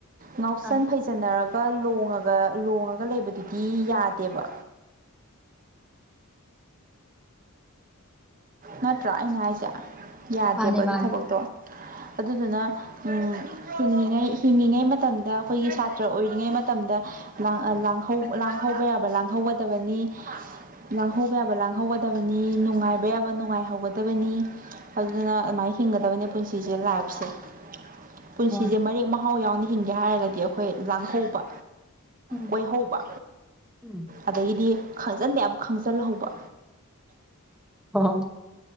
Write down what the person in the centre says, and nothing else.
ꯑꯥ
ꯃꯥꯅꯦ
ꯃꯥꯅꯦ
ꯑꯣ
ꯎꯝ
ꯎꯝ
ꯑꯣ